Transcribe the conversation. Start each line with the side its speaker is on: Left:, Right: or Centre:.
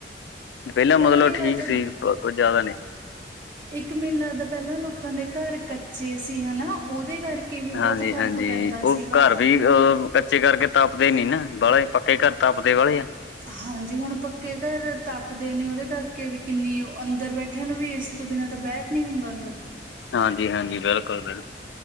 Left: ਪਹਿਲਾਂ ਮਤਲਬ
Right: ਮੈਨੂੰ
Left: ਠੀਕ
Right: ਲੱਗਦਾ
Left: ਸੀ ਕੁਝ ਜ਼ਿਆਦਾ ਨਈ ਸ
Right: ਇੱਕ ਮੈਨੂੰ ਲੱਗਦਾ ਪਹਿਲਾਂ ਲੋਕਾਂ ਦੇ ਕੱਚੇ ਸੀ ਹਨਾ ਉਹਦੇ ਕਰਕੇ ਵੀ
Left: ਹਾਂਜੀ-ਹਾਂਜੀ
Right: ਬਹੁਤ ਫ਼ਰਕ ਪੈਂਦਾ
Left: ਉਹ
Right: ਸੀਗਾ
Left: ਘਰ
Right: ਹੁਣ
Left: ਵੀ ਓ ਕੱਚੇ ਕਰਕੇ ਤਾਪਦੇ ਨੀ ਨਾ ਬਾਲੇ ਪੱਕੇ ਘਰ ਤਾਪਦੇ ਵਾਲੇ ਆ
Right: ਹਾਂਜੀ ਹੁਣ ਪੱਕੇ ਘਰ ਤਪਦੇ ਨੇ ਉਹਦੇ ਕਰਕੇ ਵੀ ਕਿੰਨੀ ਓ ਅੰਦਰ ਬੈਠੇ ਨੂੰ ਵੀ ਏਸੀ ਤੋਂ ਬਿਨਾਂ ਤਾਂ ਬੈਠ ਨੀ ਹੁੰਦਾ ਅੰਦਰ
Left: ਹਾਂਜੀ-ਹਾਂਜੀ, ਬਿਲਕੁਲ-ਬਿਲਕੁਲ